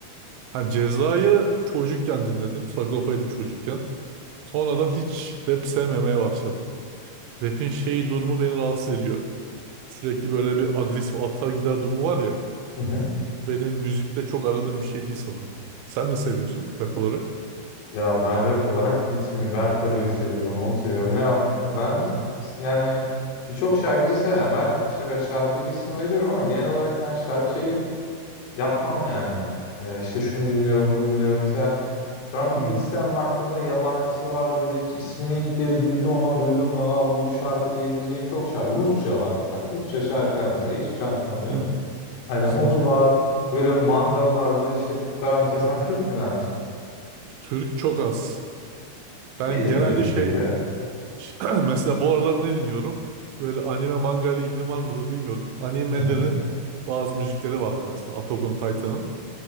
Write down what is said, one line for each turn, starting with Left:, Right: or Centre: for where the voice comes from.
Right: Ha Ceza'yı çocukken dinledim. Sagopa'ydı çocukken. Sonradan hiç rap sevmemeye başladım. Rap'in şeyi durumu beni rahatsız ediyor. Sürekli böyle bir agresif atar gider durumu var ya.
Left: Hı hı.
Right: O benim müzikte çok aradığım bir şey değil sanırım. Sen ne seviyorsun rap olarak?
Left: Ya ben rap olarak Bit mi Benfero'yu seviyorum, onu seviyorum. Ya ben
Right: <laughs>
Left: yani birçok şarkıcı seviyorum. Ya ben şöyle şarkıcı ismi veriyorum ama genel olarak ben şarkıcıyı yapmam yani. Ee, işte şunu dinliyorum, bunu dinliyorum. Mesela şu an bir
Right: Hmm,
Left: listem baktığımda yabancısı var böyle hiç ismini ilk kez duydum ama duyduğumda Aa, bu, bu şarkı diyebileceğim çok şarkı. Rusça var. Bak Rusça şarkılar mesela hiçbir şey anlamıyorum.
Right: hmm.
Left: Hani
Right: <laughs>
Left: onu var. Böyle manga tarzı işte Türkler var. mesela sen Türk dinler misin?
Right: Türk çok az. Ben
Left: Ne dinliyorsun
Right: genelde şey
Left: peki ya?
Right: Ş- <clears throat> Mesela bu aralar ne dinliyorum? Böyle anime manga ile ilgili var mıdır bilmiyorum. Animelerin
Left: Hı hı.
Right: bazı müzikleri vardır mesela Attack on Titan'ın.